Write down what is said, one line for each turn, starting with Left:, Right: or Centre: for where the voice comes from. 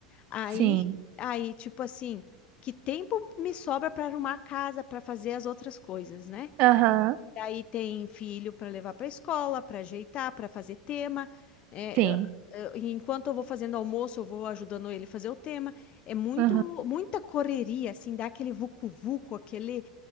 Left: Aí,
Right: Sim.
Left: aí tipo assim, que tempo me sobra para arrumar a casa, para fazer as outras coisas, né?
Right: Aham.
Left: E aí tem filho para levar para a escola, para ajeitar, para fazer tema. É,
Right: Sim.
Left: eu- eu- enquanto eu vou fazendo almoço, eu vou ajudando ele fazer o tema. É muito,
Right: Aham.
Left: muita correria, assim, dá aquele vucu-vucu, aquele.